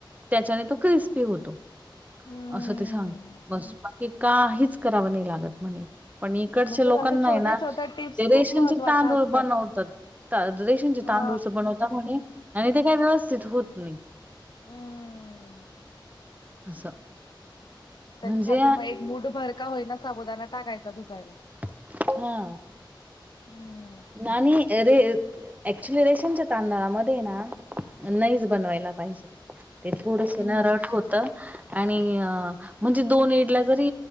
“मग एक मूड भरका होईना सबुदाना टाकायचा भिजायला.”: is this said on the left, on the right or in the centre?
Left